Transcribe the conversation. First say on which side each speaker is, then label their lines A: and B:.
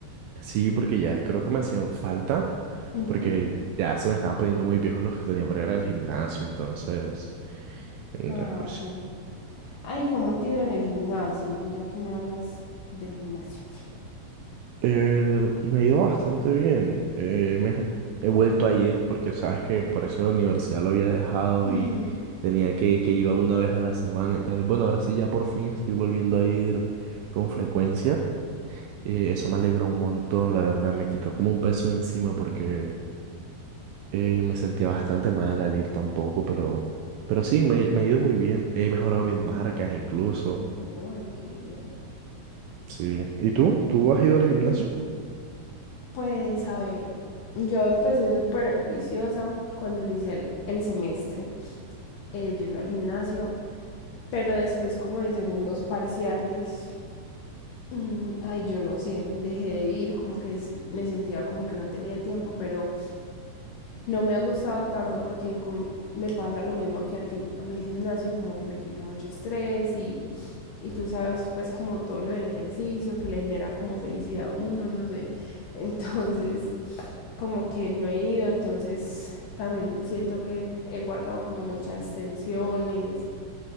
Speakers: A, on the right; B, on the left.
A: sí, porque ya creo que me hacían falta,
B: Ujú.
A: porque ya se me estaban poniendo muy viejos los que tenía para ir al gimnasio, entonces, entonces
B: Ah,
A: pues
B: ok. Ay, ¿cómo te iba en el gimnasio? Ya que me hablas del gimnasio.
A: Eh, me ha ido bastante bien. Eh, me, he vuelto a ir porque sabes que por eso la universidad lo había dejado
B: Ujú.
A: y tenía que, que iba una vez a la semana y tal. Bueno, ahora sí ya por fin estoy volviendo a ir con frecuencia. Eh, eso me alegró un montón, la verdad. Me quitó como un peso de encima porque eh, me sentía bastante mal al ir tampoco, pero, pero sí, me, me ha ido muy bien. He mejorado mis marcas incluso.
B: No, ay, qué bien.
A: Sí. ¿Y tú? ¿Tú has ido al gimnasio?
B: Pues a ver, yo empecé súper juiciosa cuando inicié el, el semestre, eh, yendo al gimnasio, pero después como de segundos parciales, mm, ay, yo no sé, dejé de ir, como que es- me sentía como que no tenía tiempo, pero No me ha gustado tanto porque con- me pasa lo mismo que a ti. A mí el gimnasio como que me quita mucho estrés y, y tú sabes pues como todo lo del ejercicio que le genera como felicidad a uno, no sé. <laughs> Entonces como que no he ido, entonces también siento que he guardado como muchas tensiones.